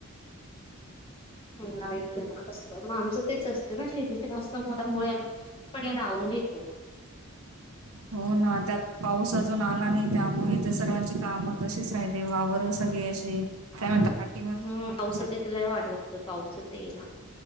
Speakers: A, on the left (about 25°); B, on the right (about 85°).
A: नाही कसत मग आमचं तेच असत ना शेतीच्या जास्त मोडमुळे आम्ही पण या नावून घेतो.
B: <inaudible> हो, ना! त्यात पाऊस अजून आला नाही त्यामुळे तर सर्वांचे कामं तसेच राहिले. वावर- सगळे असे काय म्हणतात?
A: हम्म पावसाची तर लय वाट बघतो पाऊसच येईना.